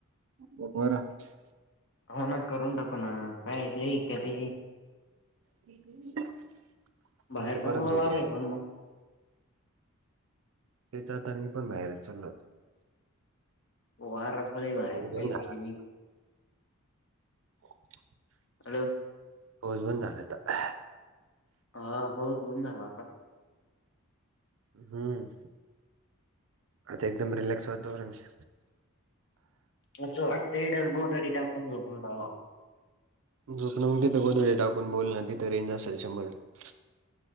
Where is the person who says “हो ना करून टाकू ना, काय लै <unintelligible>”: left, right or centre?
Left